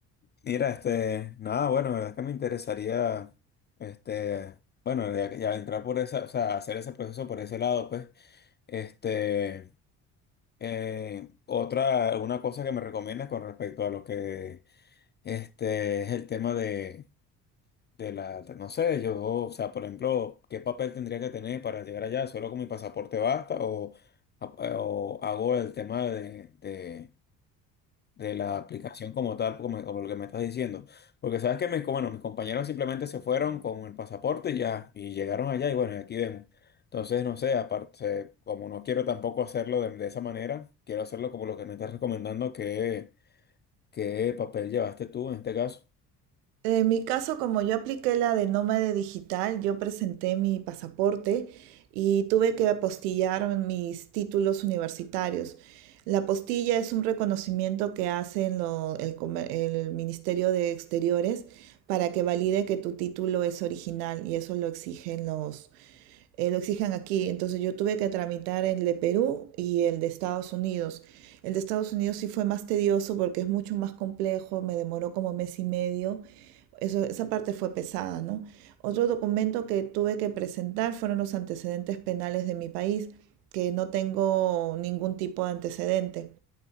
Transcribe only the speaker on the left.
Mira, este, nada, bueno, la verdad es que me interesaría, este, bueno, ya, ya entrar por esa, o sea, hacer ese proceso por ese lado, pues, este, eh, otra, una cosa que me recomiendas con respecto a lo que, este, es el tema de de la, no sé, yo, o sea, por ejemplo, ¿qué papel tendría que tener para llegar allá? ¿Solo con mi pasaporte basta? ¿O, o hago el tema de, de, de la aplicación como tal, como, como lo que me estás diciendo? Porque sabes que mis, bueno, mis compañeros simplemente se fueron con el pasaporte y ya, y llegaron allá y bueno, y aquí vemos. Entonces, no sé, aparte, como no quiero tampoco hacerlo de, de esa manera, quiero hacerlo como lo que me estás recomendando, ¿qué, qué papel llevaste tú en este caso?